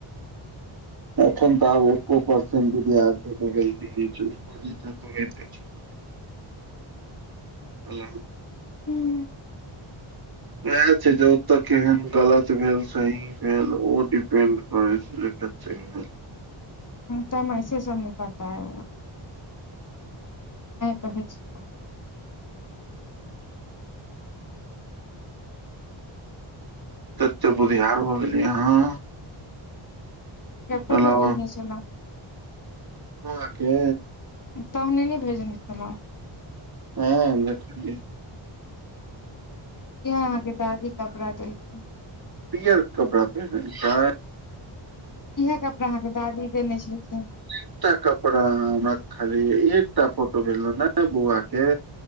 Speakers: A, on the right; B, on the left.
A: एखन तऽ आ एको परसेंट विद्यार्थि के गलती नही अछि
B: <unintelligible>
A: हेलो
B: हूँ
A: वएह छै जे ओतऽ केहन गलत भेल सही फ ओ डिपेंड करै छै जे क्वेशचन पर
B: त हम ऐसे सब न पताय कहै छै
A: तते बुधिहार भऽ गेलियै अहाँ
B: या फोटो
A: हेलो
B: भेजने छलहुँ
A: बौआके
B: तहने ने भेजने छलौं
A: हँ देखली
B: इएह अहाँके दादी कपड़ा देलखिन
A: पियर कपड़ा पेरहलके
B: इएहे कपड़ा अहाँके दादी देने छलखिन
A: एकटा कपड़ा हमरा खाली एकटा फोटो भेजलौ ने बौआ के